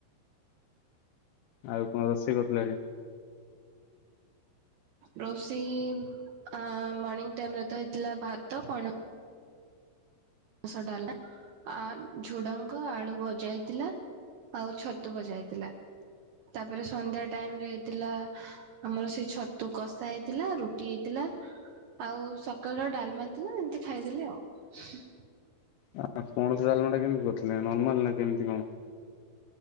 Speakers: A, on the left; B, on the right.
A: ଆଉ କଣ ରୋଷେଇ କରିଥିଲେ ଆଜି?
B: ରୋଷେଇ ମର୍ଣିଂ ଟାଇମରେ ତ ହେଇଥିଲା ଭାତ ପଣ ମସୁର ଡାଲି ଆଉ ଝୁଡଙ୍ଗ ଆଳୁ ଭଜା ହେଇଥିଲା। ଆଉ ଛତୁ ବଜା ହେଥିଲା ତାପରେ ସନ୍ଧ୍ୟା ଟାଇମ ରେ ଥିଲା ଆମର ସେଇ ଛତୁ କଷା ହେଇଥିଲା ରୁଟି ହେଇଥିଲା। ଆଉ ସକାଳର ଡାଲମା ଥିଲା ଏମିତି ଖାଇଦେଲେ ଆଉ।
A: ଆ ପଣସ ଡାଲମାଟା କେମିତି କରିଥିଲେ ନର୍ମାଲ ନା କେମିତି କଣ?